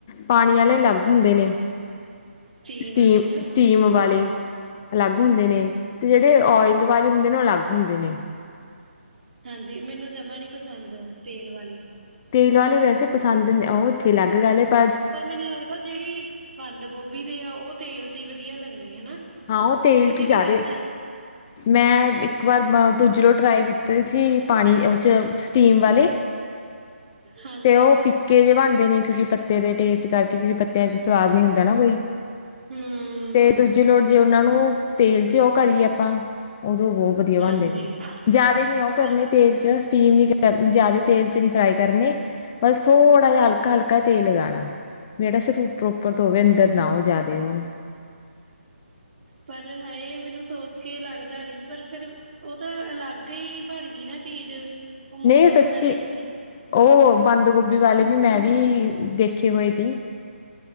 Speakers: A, on the left (about 20°); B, on the right (about 50°).
A: ਪਾਨੀ ਵਾਲੇ ਅਲੱਗ ਹੁੰਦੇ ਨੇ
B: ਸਟੀਮ
A: ਸਟੀਮ-ਸਟੀਮ
B: ਵਾਲੇ ਹਨਾ
A: ਵਾਲੇ। ਅਲੱਗ ਹੁੰਦੇ ਨੇ, ਤੇ ਜਿਹੜੇ ਓਇਲ ਵਾਲੇ ਹੁੰਦੇ ਨੇ ਓ ਅਲੱਗ ਹੁੰਦੇ ਨੇ।
B: ਹਾਂਜੀ ਮੈਨੂੰ ਜਮਾ ਨੀ ਪਸੰਦ ਤੇਲ ਵਾਲੇ।
A: ਤੇਲ ਵਾਲੇ ਵੈਸੇ ਪਸੰਦ ਨੇ ਓ ਓਥੇ ਅਲੱਗ ਗੱਲ ਆ
B: ਪਰ ਮੈਨੂੰ ਲੱਗਦਾ ਜਿਹੜੀ ਬੰਦ ਗੋਭੀ ਦੇ ਆ ਓ ਤੇਲ 'ਚ ਹੀ ਵਧੀਆ ਲੱਗਣੇ ਹਨਾ
A: ਹਾਂ, ਓ ਤੇਲ
B: ਤੁਸੀਂ
A: 'ਚ ਜ਼ਿਆਦੇ।
B: ਕਿਵੇਂ ਬਣਾਈ
A: ਮੈਂ ਇੱਕ ਵਾਰ ਦੂਜੇ ਲੋਟ ਟਰਾਈ ਕੀਤੇ ਸੀ ਪਾਣੀ 'ਚ ਸਟੀਮ ਵਾਲੇ
B: ਹਾਂਜੀ
A: ਤੇ ਓ ਫਿੱਕੇ ਜਿਹੇ ਬਣਦੇ ਨੇ ਕਿਉਂਕਿ ਪੱਤੇ ਦੇ ਟੇਸਟ ਕਰਕੇ ਕਿਉਂਕਿ ਪੱਤਿਆਂ 'ਚ ਸਵਾਦ ਨੀ ਹੁੰਦਾ ਨਾ ਕੋਈ
B: ਹੂੰ
A: ਤੇ ਦੂਜੀ ਲੋੜ ਜੇ ਉਨਾ ਨੂੰ ਤੇਲ 'ਚ ਓ ਕਰੀਏ ਆਪਾਂ ਉਦੋਂ ਬਹੁਤ ਵਧੀਆ
B: ਹਾਂਜੀ
A: ਬਣਦੇ ਨੇ ਜਿਆਦੇ ਨੀ ਓ
B: ਪਰ
A: ਕਰਨੇ ਤੇਲ 'ਚ ਸਟੀਮ ਨੀ ਜਿਆਦੇ ਤੇਲ 'ਚ ਨੀ ਫਰਾਈ ਕਰਨੇ ਬਸ ਥੋੜ੍ਹਾ ਜਿਹਾ ਹਲਕਾ-ਹਲਕਾ ਤੇਲ ਲਗਾਣਾ ਜੇਹੜਾ ਸਿਰਫ ਉਪਰ-ਉਪਰ ਤੋਂ ਹੋਵੇ ਅੰਦਰ ਨਾ ਓ ਜ਼ਿਆਦਾ ਹੋਨ
B: ਪਰ ਹਾਏ ਮੈਨੂੰ ਸੋਚ ਕੇ ਲੱਗਦਾ ਨੀ ਪਰ ਫਿਰ ਓ ਤਾਂ ਅਲੱਗ ਹੀ ਬਣ ਗਈ ਨਾ ਚੀਜ਼ ਉਹ ਮੋਮੋਸ
A: ਨਈ ਓ ਸੱਚੀ
B: ਤਾਂ ਰਹੇ ਨੀ
A: ਓ ਬੰਦ ਗੋਭੀ ਵਾਲੇ ਵੀ ਮੈਂ ਵੀ ਦੇਖੇ ਹੋਏ ਤੀ।